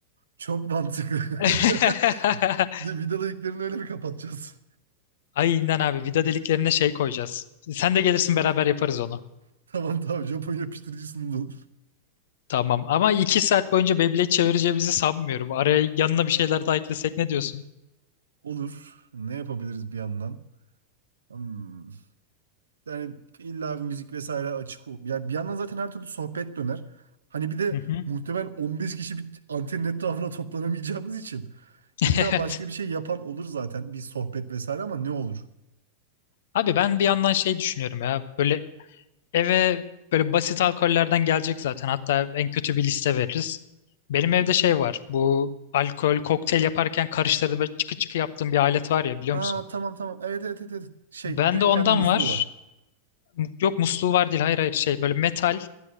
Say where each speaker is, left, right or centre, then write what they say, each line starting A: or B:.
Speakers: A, on the right; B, on the left.
A: Çok mantıklı.
B: <laughs>
A: <laughs> De vidalı iliklerini öyle mi kapatacağız?
B: Aynen abi vida deliklerine şey koyacağız. Sen de gelirsin
A: <laughs>
B: beraber yaparız onu.
A: Tamam tamam Japon yapıştırıcı sundu.
B: Tamam ama iki saat boyunca Beyblade çevireceğimizi sanmıyorum. Araya yanına bir şeyler daha eklesek ne diyorsun?
A: Olur. Ne yapabiliriz bir yandan? Hmm. Yani illa bir müzik vesaire açık ol. Ya bir yandan zaten her türlü sohbet döner. Hani bir de
B: Hı hı.
A: muhtemelen 15 kişi bir antenin etrafına toplanamayacağımız için
B: <laughs>
A: illa başka
B: Evet.
A: bir şey yapan olur zaten. Bir sohbet vesaire ama ne olur?
B: Abi ben bir yandan şey düşünüyorum ya böyle eve böyle basit alkollerden gelecek zaten hatta en kötü bir liste veririz. Benim
A: Hı hı.
B: evde şey var bu alkol kokteyl yaparken karıştırdım böyle çıkı çıkı yaptığım bir alet var ya biliyor
A: Ha
B: musun?
A: tamam tamam. Evet evet evet. evet. Şey
B: Bende
A: direkt
B: ondan
A: kendi musluğu
B: var.
A: var.
B: Mu- Yok musluğu var değil hayır hayır şey böyle metal